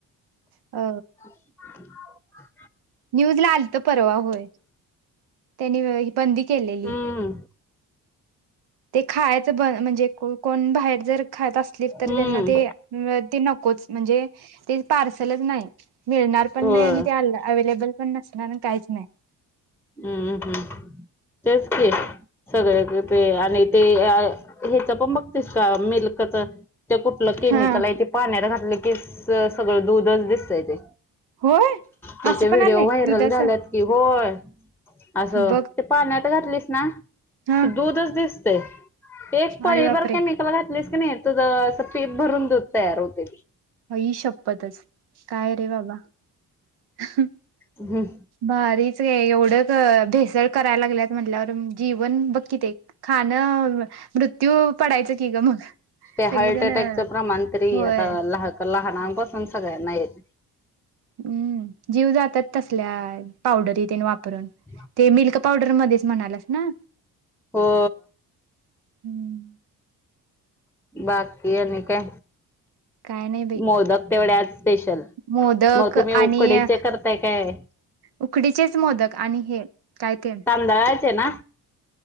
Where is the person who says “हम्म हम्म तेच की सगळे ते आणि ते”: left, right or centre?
Centre